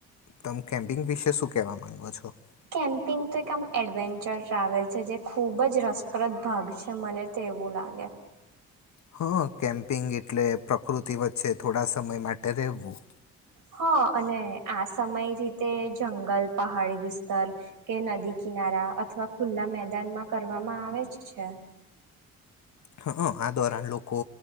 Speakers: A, on the left; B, on the right.
A: તમ કેમ્પિંગ વિશે શું કહેવા માંગો છો
B: કેમ્પિંગ તો એક આમ એડવેન્ચર ટ્રાવેલ છે જે ખૂબ જ રસપ્રદ ભાગ છે મને તેવું લાગે
A: હા કેમ્પિંગ એટલે પ્રકૃતિ વચ્ચે થોડા સમય માટે રહેવું
B: હા અને આ સમય રીતે જંગલ પહાડી વિસ્તાર કે નદી કિનારા અથવા ખુલ્લા મેદાનમાં કરવામાં આવે જ છે
A: હ આ દ્વારા લોકો